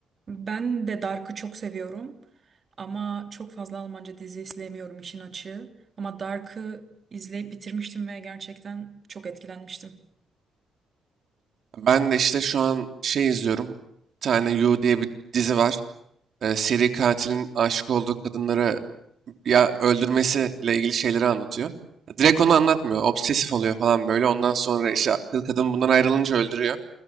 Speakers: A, on the right; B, on the right.
A: Ben de Dark'ı çok seviyorum ama çok fazla Almanca dizi izleyemiyorum işin açığı. Ama Dark'ı izleyip bitirmiştim ve gerçekten çok etkilenmiştim.
B: Ben de işte şu an şey izliyorum. Bir tane You diye bir dizi var. e, seri katilin aşık olduğu kadınları ya öldürmesiyle ilgili şeyleri anlatıyor. Direkt onu anlatmıyor. Obsesif oluyor falan böyle. Ondan sonra işte kız- kadın bundan ayrılınca öldürüyor.